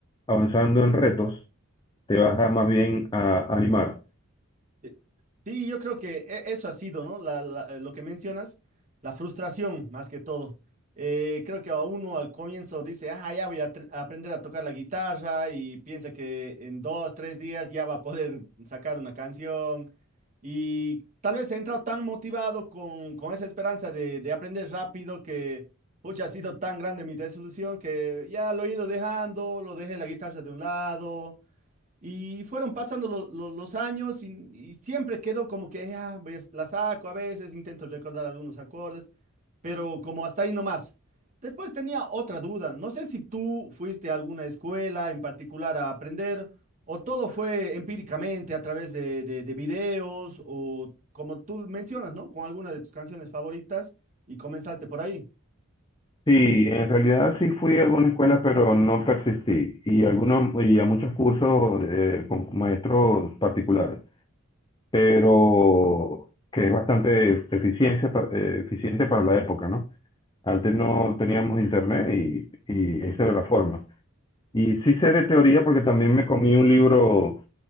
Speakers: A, on the left; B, on the right.
A: avanzando en retos, te vas a más bien a animar.
B: Eh, Sí, yo creo que e- eso ha sido, ¿no? La- la- eh, lo que mencionas, la frustración más que todo. Eh, creo que a uno al comienzo dice, ah, ya voy a, tr- a aprender a tocar la guitarra y piensa que en dos, tres días ya va a poder sacar una canción. Y tal vez he entrado tan motivado con, con esa esperanza de, de aprender rápido que, pucha, ha sido tan grande mi desilusión que ya lo he ido dejando, lo dejé la guitarra de un lado. Y fueron pasando lo- lo- los años y, y siempre quedó como que ah, voy a- la saco a veces, intento recordar algunos acordes, pero como hasta ahí nomás. Después tenía otra duda, no sé si tú fuiste a alguna escuela en particular a aprender o todo fue empíricamente a través de, de- de videos o como tú mencionas, ¿no? Con alguna de tus canciones favoritas y comenzaste por ahí.
A: Sí, en realidad sí fui a alguna escuela, pero no persistí. Y, algunos, y a muchos cursos eh, con maestros particulares. pero que es bastante eficiencia, pa- eh, eficiente para la época, ¿no? Antes no teníamos internet y, y esa era la forma. Y sí sé de teoría porque también me comí un libro